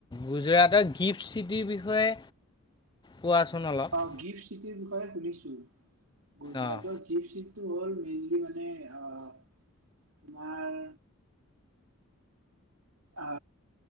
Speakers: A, on the left; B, on the right.
A: গুজৰাটৰ গিফ্ট চিটিৰ বিষয়ে হয় কোৱাচোন অলপ
B: অ', গিফ্ট চিটিৰ বিষয়ে শুনিছোঁ গুজৰাটৰ,
A: অঁ
B: গিফ্ট চিষ্ট কি সটো হ'ল মেইনলি মানে আহ তোমাৰ অ